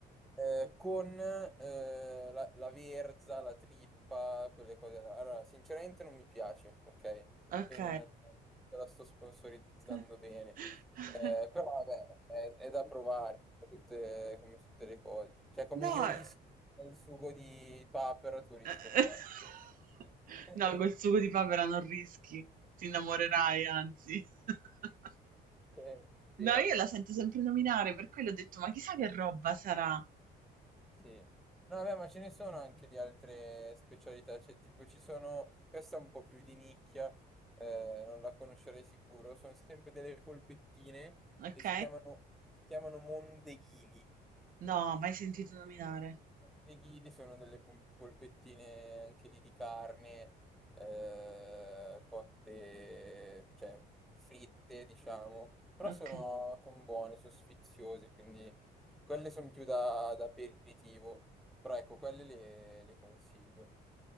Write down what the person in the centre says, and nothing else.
eh, con eh, la, la verza, la trippa, quelle cose là. Allora, sinceramente non mi piace, ok?
Quindi non te la sto sponsorizzando
bene. Eh, però vabbè, è, è da provare, tutte- come tutte le cose. Cioè, come
io rischio il sugo di papero, tu rischi
quella... <laughs>
Eh, spero.
Sì. No, vabbè, ma ce ne sono anche di altre specialità, cioè, tipo ci sono, questa è un po' più di nicchia, eh, non la conoscerei sicuro, sono sempre delle polpettine
e si chiamano, si chiamano mondeghili.
Mondeghili sono delle pom- polpettine anche lì di carne, eh, cotte, cioè fritte, diciamo, però
sono, sono buone, sono sfiziose, quindi quelle sono più da, da aperitivo, però ecco, quelle le, le consiglio.